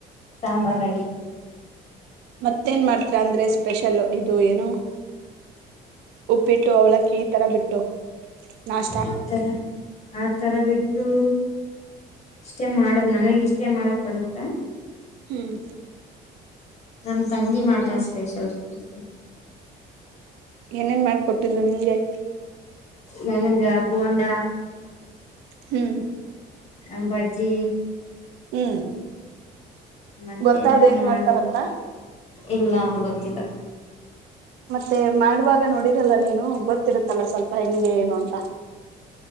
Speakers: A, on the left (about 40°); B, on the right (about 80°).
A: ಸಾಂಬಾರ್ ರೆಡಿ
B: ಮತ್ತೇನ್ ಮಾಡ್ತೀರ ಅಂದ್ರೆ ಸ್ಪೆಷಲ್. ಇದು ಏನು ಉಪ್ಪಿಟ್ಟು ಅವಲಕ್ಕಿ ಈ ತರ ಬಿಟ್ಟು. ನಾಷ್ಟಾ
A: <unintelligible> ಆ ತರ ಬಿಟ್ಟು ಇಷ್ಟೇ ಮಾಡದ್ ನನಗ್ ಇಷ್ಟೇ ಮಾಡಕ್ ಬರುತ್ತೆ.
B: ಹ್ಮ್
A: ನಮ ತಂಗಿ ಮಾಡ್ತಾಳ್ ಸ್ಪೆಷಲ್ ಸ್ಪೆಷಲ್.
B: ಏನೇನ್ ಮಾಡಿಕೊಟ್ಟಿದ್ಲು ನಿಮ್ಗೆ. <inaudible>
A: ನನಗ ಬೋಂಡ
B: ಹ್ಮ್
A: ಅ ಬಜ್ಜಿ
B: ಹ್ಮ್.
A: ಮತ್ತೇನಾನ
B: ಗೊತ್ತಾದ್ ಹೆಂಗ್
A: ಮಾಡಿದ್,
B: ಮಾಡ್ತಾರಂತ
A: ಇಲ್ಲ ಗೊತ್ತಿಲ್ಲ.
B: ಮತ್ತೆ ಮಾಡುವಾಗ ನೋಡಿರಲ್ಲ ನೀನು ಗೊತ್ತಿರುತ್ತಲ್ಲ ಸ್ವಲ್ಪ ಹೆಂಗೆ ಏನು ಅಂತ.